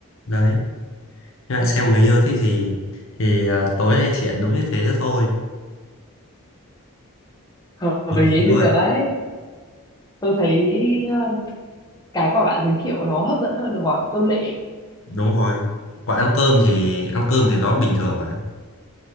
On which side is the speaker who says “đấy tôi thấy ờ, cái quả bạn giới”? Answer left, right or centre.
Left